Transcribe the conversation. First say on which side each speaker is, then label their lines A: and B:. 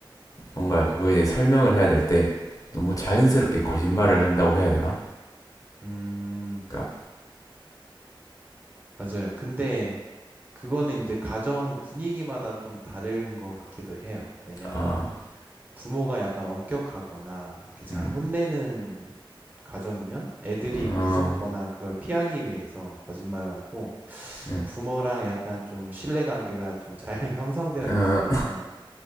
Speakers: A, on the left (about 40°); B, on the right (about 20°).
A: 뭔가 그거에 대해 설명을 해야 될 때 너무 자연스럽게 거짓말을 한다고 해야 되나?
B: 음.
A: 그러니까
B: 맞아요. 근데 그거는 이제 가정 분위기마다 좀 다른 것 같기도 해요. 왜냐하면
A: 아,
B: 부모가 약간 엄격하거나 이렇게 잘
A: 음,
B: 혼내는 가정이면 애들이
A: 어,
B: 무섭거나 그걸 피하기 위해서 거짓말을 하고
A: 네,
B: 부모랑 약간 좀 신뢰 관계가 좀 잘 <laughs> 형성되어
A: 어,
B: 있으면